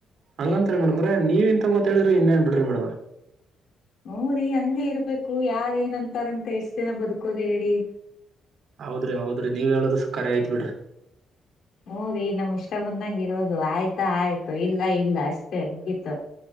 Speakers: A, on the right; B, on the left.
A: ಹಂಗಂತರಿ ಮೇಡಮ್ರೀ ನೀವ ಇಂತ ಹೇಳಿದ್ರೆ ಇನ್ನೇನ ಬಿಡ್ರಿ ಮೇಡಮರ.
B: ಹೂರಿ ಹಂಗೆ ಇರ್ಬೇಕು ಯಾರ್ ಏನಂತಾರಂತ ಎಷ್ಟ್ ದಿನ ಬದುಕೋದು ಹೇಳಿ.
A: ಹೌದ್ರಿ ಹೌದಿ ನೀವ್ ಹೇಳುದ ಖರಿ ಆಯ್ತ ಬಿಡ್ರಿ.
B: ಹರೀ ನಮ್ ಇಷ್ಟ ಬಂದಂಗ ಇರೋದು ಆಯ್ತಾ ಆಯ್ತು ಇಲ್ಲ ಇಲ್ಲ ಅಷ್ಟೇ ಮುಗೀತು.